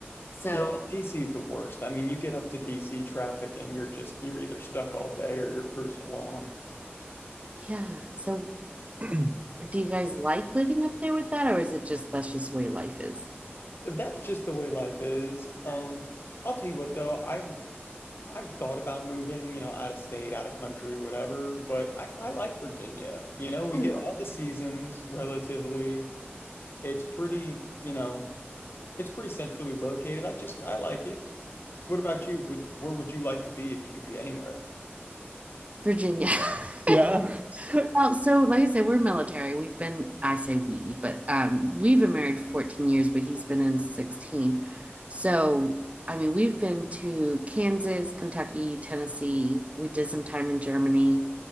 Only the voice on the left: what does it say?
So Yeah, So, DC is the worst. I mean, you get up to DC traffic and you're just you're either stuck all day or you're cruising along.
That's just the way life is. Um, I'll tell you what though, I've I've thought about moving, you know, out of state, out of country, whatever, but I, I like Virginia. You know, we get all the seasons relatively. It's pretty, you know, it's pretty centrally located. I just I like it. What about you? Would where would you like to be if you could be anywhere?